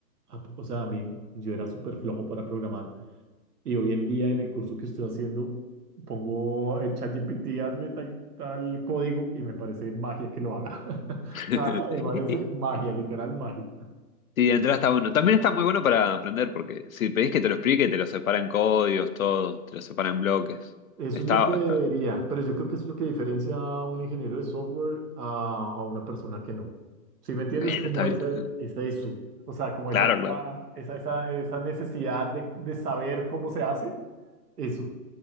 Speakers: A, on the right (about 65°); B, on the left (about 55°).
A: a- o sea, a mí yo era súper flojo para programar y hoy en día en el curso que estoy haciendo pongo el ChatGPT, hazme tal, tal código y me parece magia que lo haga. <laughs>
B: <laughs>
A: O sea, me parece magia, literal magia.
B: Sí, de entrada está bueno. También está muy bueno para aprender, porque si pedís que te lo explique, te lo separan códigos, todo, te lo separan bloques.
A: Eso
B: Está,
A: es lo que debería,
B: está.
A: pero yo creo que eso es lo que diferencia a un ingeniero de software a, a una persona que no. ¿sí me entiendes?
B: Bueno,
A: Como
B: está bien.
A: esa, esa eso, o sea, como
B: Claro,
A: esa, esa,
B: claro.
A: esa, esa- esa necesidad de, de saber cómo se hace, eso.